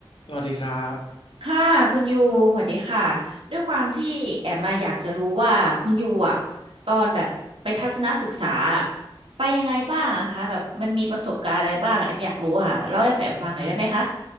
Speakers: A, on the left; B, on the right.
A: สวัสดีครับ
B: ค่ะคุณยูสวัสดีค่ะด้วยความที่แอมมาอยากจะรู้ว่าคุณยูอ่ะตอนแบบไปทัศนศึกษาไปยังไงบ้างอะคะแบบมันมีประสบการณ์อะไรบ้างแอมอยากรู้อ่ะเล่าให้แอมฟังหน่อยได้ไหมคะ